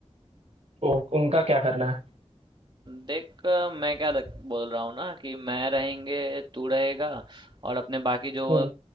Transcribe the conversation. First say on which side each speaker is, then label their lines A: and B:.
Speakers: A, on the right; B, on the right.
A: उ, उनका क्या करना है?
B: देख अ, मैं क्या लग, बोल रहा हूँ ना कि मैं रहेंगे तू रहेगा और अपने बाकी जो
A: हम्म,